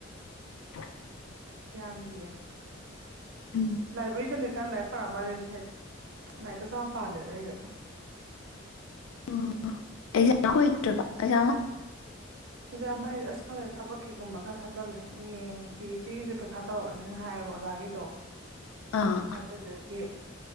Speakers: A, on the left (about 80°); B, on the right (about 65°).
A: <unintelligible>
B: ꯌꯥꯝꯗꯤꯌꯦ
A: ꯎꯝ
B: ꯂꯥꯏꯕ꯭ꯔꯦꯔꯤ ꯂꯩꯕꯔꯣ ꯍ ꯄꯔꯝꯕꯅꯤ ꯉꯅꯥ ꯀ ꯁ ꯄꯥꯗꯅ ꯑꯩꯗ
A: ꯎ ꯑꯦꯛꯥ ꯑꯦꯥ
B: ꯏꯟꯖꯥꯡ ꯍꯥꯏꯗꯤꯦ ꯑꯁ ꯈꯪꯗꯗ ꯊꯕꯛꯀꯤ ꯒꯨꯝꯕ ꯈꯔ ꯊꯥꯗꯜꯂꯦ ꯌꯦꯡ ꯇꯤ ꯏ ꯇꯤꯒꯤꯁꯦ ꯄꯩꯈꯥ ꯇꯧꯔꯛꯑꯅꯤꯅ ꯍꯥꯏꯌꯦꯕ ꯑꯣꯖꯥꯒꯤꯗꯣ
A: ꯑꯥ
B: ꯑꯗꯗꯨꯗꯒꯤ